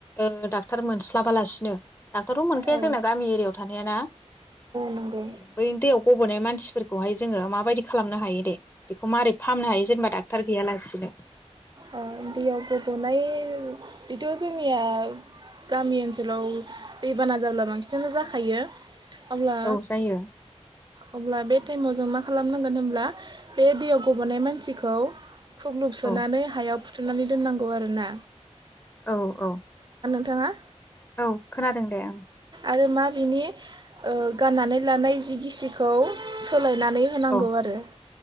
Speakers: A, on the left (about 20°); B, on the right (about 40°).
A: ओ डाक्टर मोनस्लाबालासिनो डाक्टर थ' मोनखाया
B: औ
A: जोंना गामि एरियायाव थानाया ना
B: नंगौ
A: बै दैयाव गबोनाय मानसिफोरखौहाय जोङो माबायदि खालामनो हायो दे बेखौ माबारै फाहामनो हायो जेनेबा डाक्टार गैया लासिनो
B: अ दैयाव गब'नाय बेथ' जोंनिया गामि ओनसोलाव दैबाना जाब्ला बांसिनानो जाखायो अब्ला
A: औ जायो
B: अब्ला बे टाइमाव जों मा खालामनांगोन होनब्ला बे दैयाव गब'नाय मानसिखौ खुग्लुब सोनानै
A: औ
B: हायाव <unintelligible> नानै दोननांगौ आरो ना
A: औ औ
B: थाङा
A: औ खोनादों दे ओं
B: आरो मा बिनि ओ गाननानै लानाय जि गि सिखौ सोलायनानै होनांगौ
A: औ
B: आरो